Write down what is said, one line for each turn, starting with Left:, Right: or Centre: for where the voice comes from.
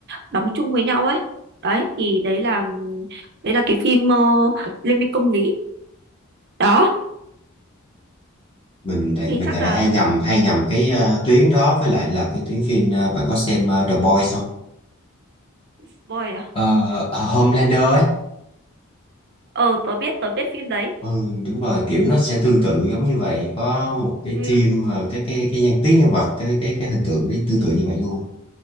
Right: đóng chung với nhau ấy. Đấy thì đấy là ừm, đấy là cái phim ờ, Liên minh công lý. Đó,
Left: mình lại-
Right: thì
Left: mình
Right: chắc
Left: thì lại
Right: là
Left: hay nhầm hay nhầm cái ờ, tuyến đó với lại là cái tuyến phim ờ, bạn có xem ờ, The Boys không
Right: spoil à?
Left: Ờ, Homelander ấy
Right: Ờ, tớ biết, tớ biết phim đấy.
Left: ừ đúng rồi kiểu nó sẽ tương tự giống như vậy có một cái
Right: Ừ,
Left: team và cái cái cái nhân tuyến nhân vật cái cái cái hình tượng cái tương tự như vậy luôn